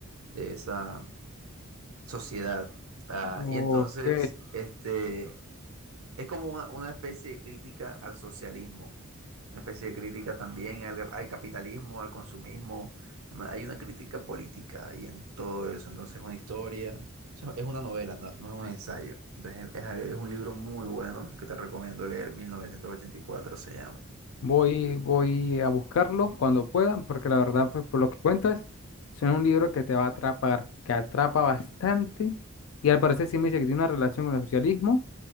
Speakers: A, on the right; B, on the left.
A: de esa sociedad. Ah,
B: Ok.
A: y entonces, este, es como una, una especie de crítica al socialismo, una especie de crítica también al, al capitalismo, al consumismo. una- hay una crítica política ahí en todo eso. Entonces es una historia, o sea, es una novela, no, no es un ensayo. Entonces es, es un libro muy bueno que te recomiendo leer, 1984 se llama.
B: Voy, voy a buscarlo cuando pueda porque la verdad, pues por lo que cuentas, suena un libro que te va a atrapar, que atrapa bastante y al parecer sí me dice que tiene una relación con el socialismo.